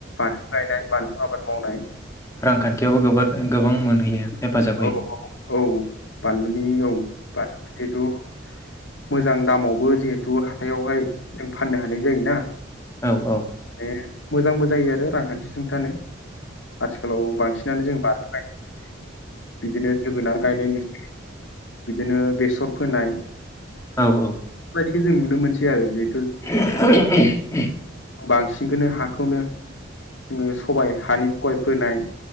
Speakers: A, on the left (about 75°); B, on the left (about 15°).
A: बानलु गायनाय बानलु आबाद मावनाय ।
B: रांखान्थियावबो गोबाद गोबां मोनहैयो । हेफाजाब
A: औ
B: होयो ।
A: औ औ बानलुनि औ बानलुआ जेहेतु मोजां दामावबो जिहेथु हाथायावहाय जों फाननो हानाय जायोना
B: औ औ
A: माने मोजांबो जायो आरो। रांखान्थि सुंथानो आथिखालाव बांसिनानो जों बानलु गायनाय बिदिनो जोगोनार गायनाय नुसै। बिदिनो बेसर फोनाय
B: औ औ
A: खो जों नुनो मोनसै आरो जे
B: <unintelligible>
A: बांसिनखौनो हाखौनो जोंङो सबाय हानि सबाय फोनाय